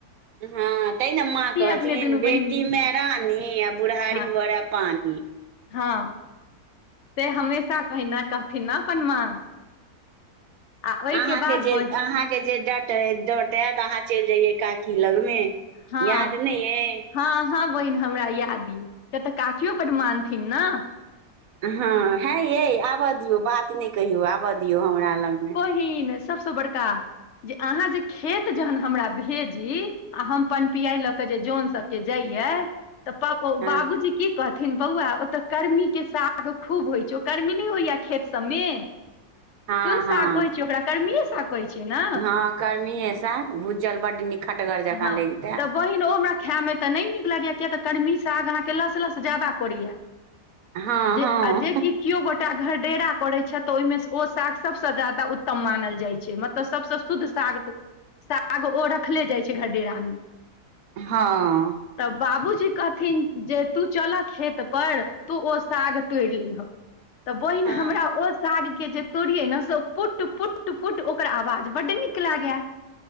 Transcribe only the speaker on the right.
हँ तै नऽ माँ कहथिन
बेटीमे
रानी आ बुढ़ारी
भरै पानी
अहाँके
जे
अहाँके जे डाँटै डाँटे तऽ अहाँ चलि जइये काकी लगमे
याद नहि अइ
हँ है य आबऽ दियौ बात नहि कहियौ आबऽ दियौ हमरा लगमे
हँ
हँ
हँ
हँ कर्मीए साग भूजल बड्ड नीक खटगर जकाँ
लगितै
हँ
हँ
हँ
हँ